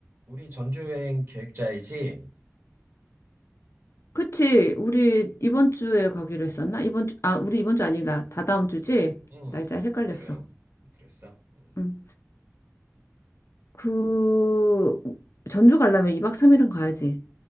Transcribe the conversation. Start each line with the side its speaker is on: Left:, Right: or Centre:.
Right: 우리 전주 여행 계획자이지?
Left: 그치. 우리 이번 주에 가기로 했었나? 이번 주, 아, 우리 이번 주 아니다. 다다음 주지?
Right: 응,
Left: 날짜 헷갈렸어.
Right: 다음 주. 그랬어. 음.
Left: 응. 그, 전주 가려면 2박 3일은 가야지.